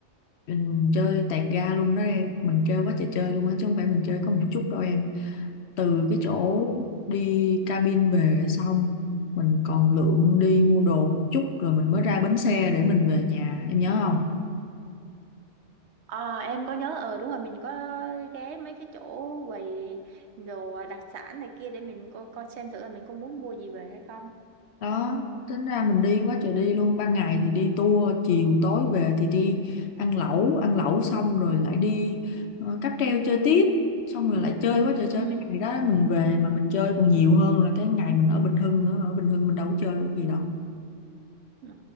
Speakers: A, on the left (about 65°); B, on the right (about 70°).
A: mình chơi tẹt ga luôn đó em mình chơi quá trời chơi luôn á chứ không phải mình chơi có một chút đâu em từ cái chỗ
B: ừ.
A: đi cabin về xong mình còn lượn đi mua đồ một chút rồi mình mới ra bến xe để mình về nhà em nhớ không
B: Ờ em có nhớ ờ đúng rồi mình có ghé mấy cái chỗ quầy đồ đặc sản này kia để mình coi coi xem thử là mình có muốn mua gì về hay không
A: đó tính ra mình đi quá trời đi luôn ban ngày thì đi tour chiều tối về thì đi ăn lẩu ăn lẩu xong rồi lại đi ờ, cáp treo chơi tiếp xong rồi lại chơi quá trời
B: ừ
A: chơi cái ngày đó mình về mà mình chơi còn nhiều hơn là cái ngày mình ở Bình Hưng nữa ở Bình Hưng mình đâu có chơi được gì đâu
B: Ừ,